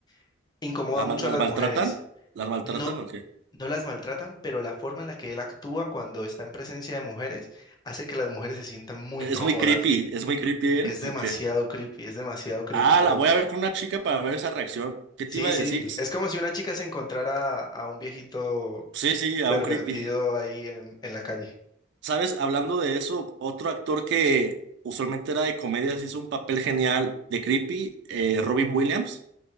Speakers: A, on the left; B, on the right.
A: <clears throat> incomoda
B: ¿La
A: mucho
B: mal- ¿Las
A: a las
B: maltratan?
A: mujeres.
B: ¿Las maltratan
A: No,
B: o qué?
A: no las maltratan, pero la forma en la que él actúa cuando está en presencia de mujeres hace que las mujeres se sientan muy
B: Es
A: incómodas.
B: muy creepy. ¿Es muy creepy él
A: Es demasiado
B: o qué?
A: creepy, es demasiado creepy,
B: Ah,
A: bro.
B: la voy a ver con una chica para ver esa reacción. ¿Qué
A: Sí,
B: te iba a
A: sí,
B: decir? S-
A: es como si una chica se encontrara a un viejito
B: Sí, sí, a
A: pervertido
B: un creepy.
A: ahí en, en la calle.
B: ¿Sabes? Hablando de eso, otro actor que usualmente era de comedias hizo un papel genial de creepy, eh, Robin Williams.